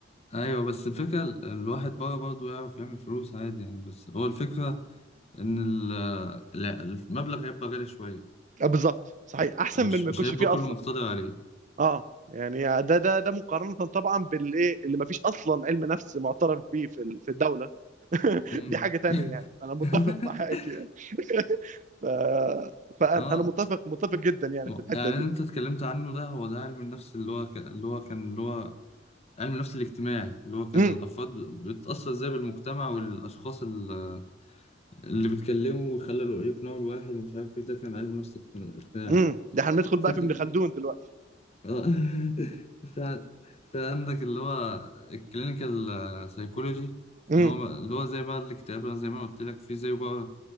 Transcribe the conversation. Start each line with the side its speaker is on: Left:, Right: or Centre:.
Left: أيوه بس الفكرة ال- الواحد بره برضه يعرف يعمل فلوس عادي يعني بس هو الفكرة إن ال- لا، المبلغ هيبقى غالي شوية
Right: آه، بالظبط صحيح احسن
Left: مش
Right: من ما
Left: مش
Right: يكونش
Left: هيبقى
Right: فيه
Left: كله
Right: اصلا
Left: مقتدر عليه
Right: اه يعني ده ده ده مقارنه طبعا بالايه اللي مفيش اصلا علم نفس معترف بيه في ال- في الدوله <laughs>
Left: مم.
Right: دي حاجة تانية يعني فأنا متفق
Left: <laughs>
Right: معاك يعني <laughs> ف... فأنا
Left: اه
Right: أنا متفق متفق جدا يعني
Left: م-
Right: في الحتة
Left: يعني
Right: دي
Left: اللي انت اتكلمت عنه ده هو ده علم النفس اللي هو كان اللي هو كان اللي هو علم النفس الاجتماعي اللي هو كان
Right: امم
Left: الافراد بتتاثر ازاي بالمجتمع والاشخاص ال- اللي بيتكلموا ويخلوا يقنعوا الواحد ومش عارف ايه ده كان علم النفس الاجتماعي
Right: امم ده هندخل بقى
Left: فكرة
Right: في ابن خلدون دلوقتي
Left: آه. <laughs> فعلا في عندك اللي هو الكلينيكال سايكولوجي
Right: امم
Left: اللي هو اللي هو زي بقى الاكتئاب زي ما قلت لك في زي بقى